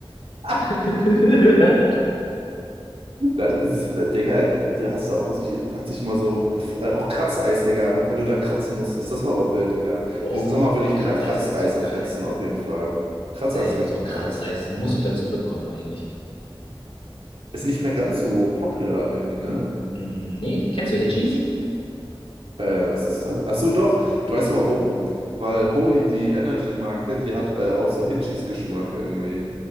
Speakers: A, on the right (about 80°); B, on the left (about 85°).
A: <laughs>
B: <laughs>
A: Das ist, äh, Digga, da hast du auch sich, hat sich immer so, äh, auch Kratzeis, Digga, wenn du da kratzen musstest, das war aber wild, Digga.
B: Boah,
A: Diesen Sommer will
B: boah,
A: ich
B: Kratzeis
A: wieder Kratzeis
B: ist so geil.
A: auf fetzen, auf jeden Fall. Kratzeis
B: Same.
A: ist richtig
B: Boah,
A: nice.
B: Kratzeis muss wieder zurückkommen eigentlich.
A: Ist nicht mehr ganz so popular irgendwie, ne?
B: Hm, nee, kennst du Hitchis?
A: Äh, was ist da? Ach so, doch. Du weißt du warum? Weil Holy, die Energy-Marke, die hat äh, auch so Hitchis-Geschmack irgendwie.